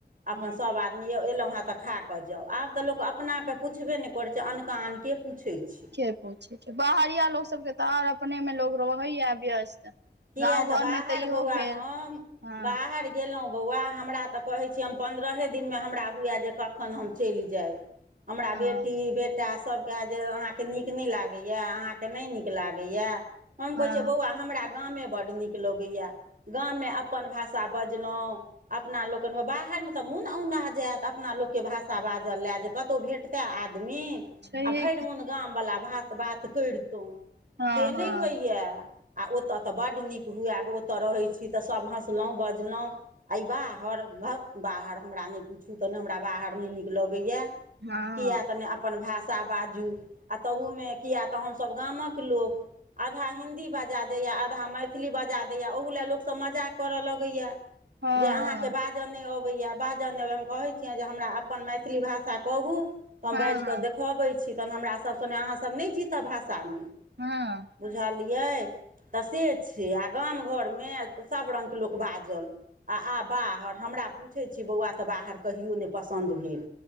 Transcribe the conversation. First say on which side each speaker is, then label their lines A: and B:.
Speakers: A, on the right; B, on the right.
A: अपन
B: हँ
A: सभ आदमी एलौं हँ तऽ खाक कऽ जाउ आब तऽ लोक अपनाके पुछबे नइ करै छै अनका आनके के पूछै छै
B: के पूछै छै बाहरिया लोक सबके तऽ आर अपने मे लोग रहैया व्यस्त
A: किया
B: गाँव
A: तऽ
B: घरमे
A: बाहर
B: इहो
A: बौआ
B: भेल
A: हम
B: हँ
A: बाहर गेलौं बौआ हमरा तऽ कहै छी हम पन्द्रहे दिनमे हमरा हुए जे कखन हम चलि जाइ हमरा
B: हँ
A: बेटी बेटा सब कहे कि जे आहां के नीक नइ लागैय आहां के नइ नीक लागैय हम
B: हँ
A: कहैछिए बौआ हमरा गांमे बड्ड नीक लगैए गाममे अपन भाषा बजलौं अपना लोकनिमे बाहरमे तऽ मोन औना जायत अपना लोकके भाषा बाजय लए जे कतहु भेंट तऽ आदमी
B: छैहे
A: आ भरि
B: कि
A: मोन गामवला भात बात करितौं
B: हँ
A: से
B: हँ
A: नहि होइए आ ओतय तऽ बड नीक हुए ओतय रहै छी तऽ सभ हँसलौं बजलौं अइ बाहर भक बाहर हमरा नइ पुछू तऽ नइ हमरा बाहर नइ नीक लगैए
B: हँ
A: कीया त न अपन भाषा बाजू आ ताहूमे किए तऽ हमसब गामक लोक आधा हिन्दी बजात आधा मैथिली बजा दैय ओहुला लोकसब मजाक कऽर लगैय
B: हँ
A: जे आहां के बात बाजऽ नइ अबैए बाजऽ नै अबै हम कहै छियनि जे हमरा अपन मैथिली भाषा कहू त
B: हँ
A: बाज
B: हँ हँ
A: कऽ देखबै छी तहन हमरा सब कहैए अहाँ सब न नै जीतब भाषा तामे
B: हँ
A: बुझलियै तऽ से छै आ गाम घरमे सभ रङ्गके लोक बाजल आ आ बाहर हमरा पूछे छी बौआ ते बाहर कहियो ने पसंन्द भीड़